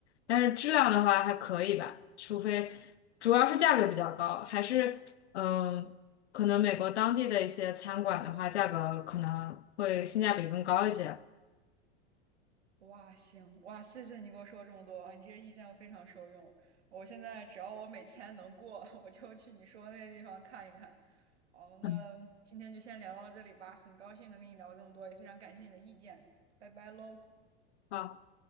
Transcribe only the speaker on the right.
哇，行，哇，谢谢你给我说这么多啊你这些意见我非常受用。我现在只要我每天能过，<laughs> 我就去你说的那个地方看一看。哦，
那今天就先聊到这里吧，很高兴能跟你聊这么多，也非常感谢你的意见，拜拜喽。